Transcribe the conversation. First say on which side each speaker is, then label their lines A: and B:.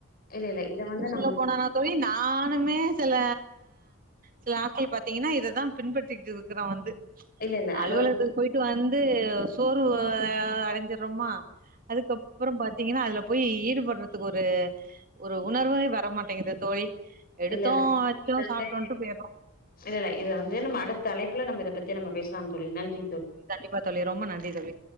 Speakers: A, on the left (about 50°); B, on the right (about 45°).
A: இல்ல இல்ல இத
B: எங்க
A: வந்து
B: சொல்ல
A: நம்ம
B: போனா தோழி நானுமே சில சில நாட்கள் பாத்தீங்கன்னா இத தா பின்பற்றிட்டு இருக்குற வந்து
A: இல்ல இல்ல
B: அலுவலகத்துக்கு
A: அதாவது
B: போயிட்டு வந்து சோர்வு அடைஞ்சடுறோமா அதுக்கப்றோ பாத்தீங்கன்னா அதுல போய் ஈடுபட்றதுக்கு ஒரு ஒரு உணர்வே வரமாட்டேங்குது தோழி எடுத்தோ
A: இல்ல இல்ல
B: வெச்சோ
A: இத வந்து
B: சாப்ட்டோன்ட்டு போயிறோ
A: இல்ல இல்ல இத வந்து நம்ம அடுத்த அழைப்புல நம்ம இத பத்தி நம்ம பேசலாம் தோழி நன்றி தோழி
B: இப்ப தோழி ரொம்ப நன்றி தோழி